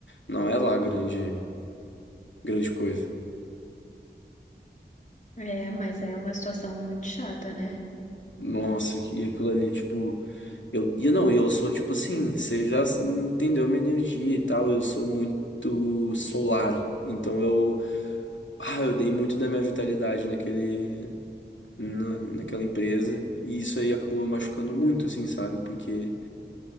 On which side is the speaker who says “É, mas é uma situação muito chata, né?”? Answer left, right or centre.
Left